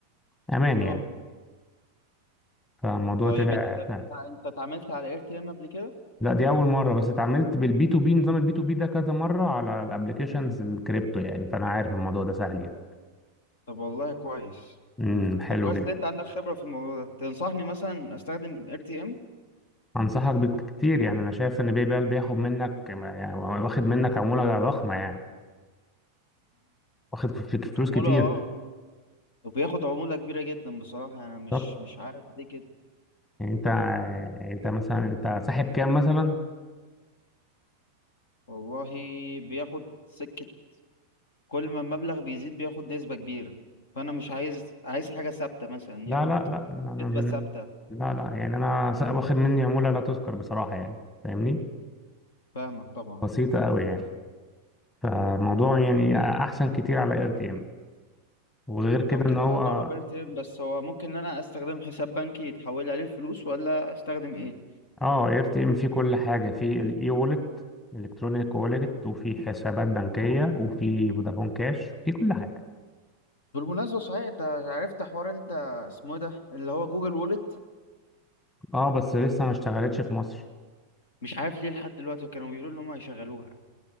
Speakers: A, on the left; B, on the left.
A: امان
B: اه
A: يعني فالموضوع
B: طيب
A: طلع
B: انت
A: سهل
B: بتاع- انت اتعاملت على ار تي ام قبل كده
A: لا دي اول مره بس اتعاملت بالبي تو بي نظام البي تو بي ده كذا مره على الابلكيشنز الكريبتو يعني فانا عارف الموضوع ده سهل يعني
B: طب والله كويس
A: امم حلو
B: طب كويس
A: جدا
B: ان انت عندك خبرة في الموضوع ده تنصحني مثلا استخدم ار تي ام
A: انصحك بكتير يعني انا شايف ان باي بال بياخد منك يعني واخد منك عموله ضخمه يعني واخد فلوس
B: عمولة
A: كتير
B: اه وبياخد عمولة كبيرة جدا بصراحة يعني انا مش
A: طب
B: مش عارف ليه كده
A: يعني انت يعني انت مثلا انت ساحب كام مثلا
B: والله بياخد سكة كل ما المبلغ بيزيد بياخد نسبة كبيرة فانا مش عايز عايز حاجة ثابتة مثلا
A: لا
B: ياخد
A: لا لا انا
B: نسبة
A: من
B: ثابتة
A: لا لا يعني انا س- واخد مني عمولة لا تذكر بصراحة يعني فاهمني
B: فاهمك طبعا
A: بسيطة قوي يعني فالموضوع يعني احسن كتير على اير تي ام وغير كده
B: لو كده
A: ان هو
B: هجرب ار تي ام بس هو ممكن ان انا استخدم حساب بنكي يتحول عليه فلوس ولا استخدم ايه
A: اه اير تي ام فيه كل حاجة فيه الاي وولت الكترونيك وولت وفي حسابات بنكية وفي فودافون كاش وفي كل حاجة
B: بالمناسبة صحيح انت عرفت حوار انت اسمه إيه ده اللي هو جوجل وولت
A: اه بس لسه ما اشتغلتش في مصر
B: مش عارف ليه لحد دلوقتي كانوا بيقولوا ان هم هيشغلوها